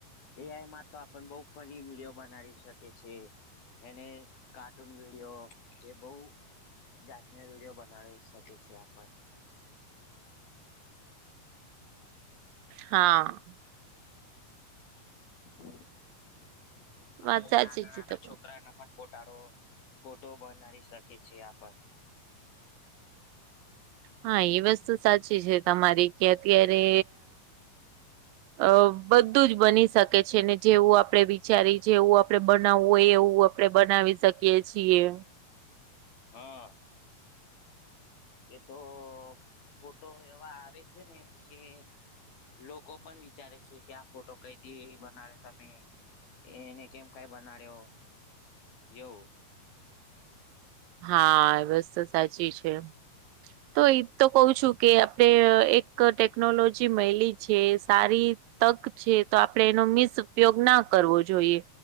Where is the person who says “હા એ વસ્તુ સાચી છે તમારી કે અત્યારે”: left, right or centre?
Right